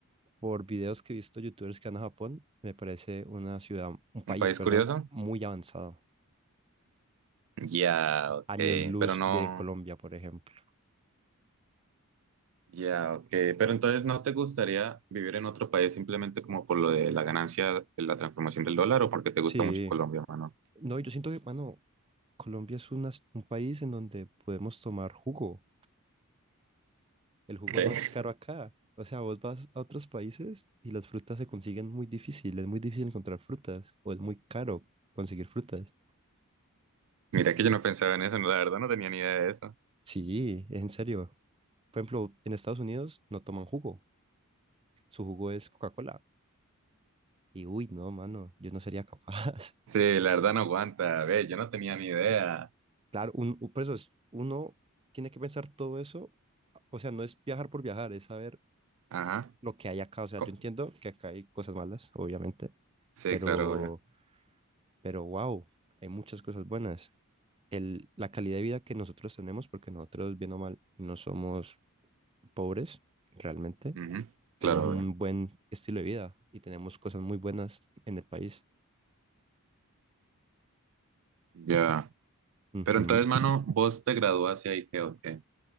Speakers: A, on the right; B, on the right.
A: Por videos que he visto youtubers que van a Japón, me parece una ciudad, un país,
B: ¿Un país
A: perdón,
B: curioso?
A: muy avanzado.
B: Ya, ok.
A: Años
B: ok,
A: luz
B: Pero no.
A: de Colombia, por ejemplo.
B: Ya, ok. ok, Pero entonces, ¿no te gustaría vivir en otro país simplemente como por lo de la ganancia de la transformación del dólar o porque te gusta
A: Sí.
B: mucho Colombia, mano?
A: No, yo siento que, mano, Colombia es una- un país en donde podemos tomar jugo. El jugo
B: ¿Qué?
A: no es caro acá. O sea, vos vas a otros países y las frutas se consiguen muy difícil. Es muy difícil encontrar frutas o es muy caro conseguir frutas.
B: <laughs> Mira que yo no pensaba en eso, no, la verdad no tenía ni idea de eso.
A: Sí, en serio. Por ejemplo, en Estados Unidos no toman jugo. Su jugo es Coca-Cola. Y uy, no, mano, yo no sería capaz. <laughs>
B: Sí, la verdad no aguanta. Ve, yo no tenía ni idea.
A: Claro, un, un- por eso es, uno tiene que pensar todo eso. O sea, no es viajar por viajar, es saber
B: Ajá.
A: lo que hay acá. O sea,
B: Co-
A: yo entiendo que acá hay cosas malas, obviamente,
B: Sí,
A: pero,
B: claro, obvio.
A: pero wow, hay muchas cosas buenas. el, la calidad de vida que nosotros tenemos, porque nosotros, bien o mal, no somos pobres realmente.
B: Ujú,
A: Tenemos
B: Claro,
A: un
B: obvio.
A: buen estilo de vida y tenemos cosas muy buenas en el país.
B: Ya.
A: Ujú.
B: Pero entonces, mano, vos te graduaste ahí, ¿qué, o qué?